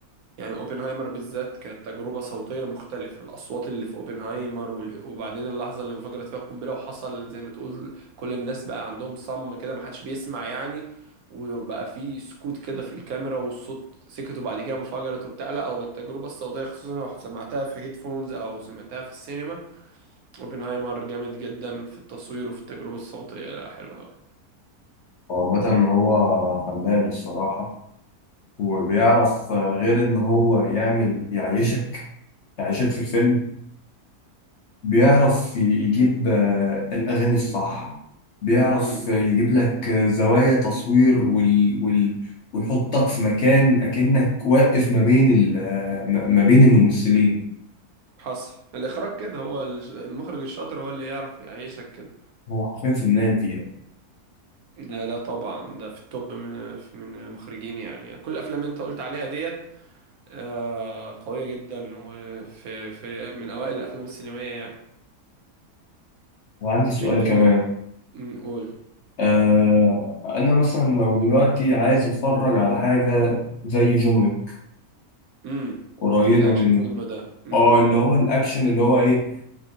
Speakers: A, on the right (about 75°); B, on the left (about 60°).
A: يعني اوبنهايمر بالذات كانت تجربة صوتية مختلفة الأصوات اللي في اوبنهايمر وال- وبعدين اللحظة اللي انفجرت فيها القنبلة وحصل زي ما تقول كل الناس بقى عندهم صم كده محدش بيسمع يعني وبقى في سكوت كده في الكاميرا والصوت سكت وبعد كده انفجرت وبتاع لا هو التجربة الصوتية خصوصا لو سمعتها في هيدفونز أو سمعتها في السينما اوبنهايمر جامد جدا في التصوير وفي التجربة الصوتية لا حلو أوي
B: هو مثلا هو فنان الصراحه وبيعرف آه، غير ان هو يعمل يعيشك يعيشك في الفيلم بيعرف يجيب آه، الأغاني الصح بيعرف
A: امم
B: يجيب لك آه، زوايا تصوير وال... وال... ويحطك في مكان أكنك واقف ما بين ال... آه، ما ما بين الممثلين
A: حصل الإخراج كده هو الش- المخرج الشاطر هو اللي يعرف يعيشك كده
B: هو حرفيا فنان فيها
A: لا لا طبعا ده في التوب من من المخرجين يعني كل الافلام اللي انت قلت عليها ديت آه، قوية جدا وفي في من اوائل الافلام السينمائية يعني
B: وعندي سؤال
A: ايه تاني
B: كمان
A: نقول
B: آه أنا مثلا لو دلوقتي عايز أتفرج على حاجة زي جون ويك
A: امم
B: قريبة
A: في الاكشن
B: من ال-
A: منه ده امم
B: اه اللي هو الأكشن اللي هو إيه